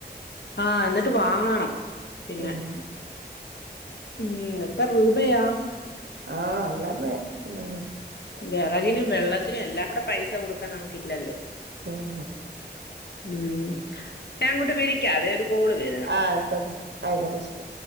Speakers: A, on the left; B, on the right.
A: ആഹ് എന്നിട്ട് വാങ്ങണം പിന്നെ
B: ഉം
A: ഉം എത്ര രൂപയാ
B: ആഹ് എല്ലാം വെ എന്താണ്
A: വെറകിനും
B: ഉം
A: വെള്ളത്തിനും എല്ലാം കൂടെ പൈസ കൊടുക്കാൻ നമുക്ക് ഇല്ലല്ലോ
B: ഉം
A: ഉം ഞാൻ അങ്ങോട്ട് വിളിക്കാവെ ഒരു കോള് വരന്നു
B: ആയിക്കോട്ടെ അയിക്കോട്ടെ ശരി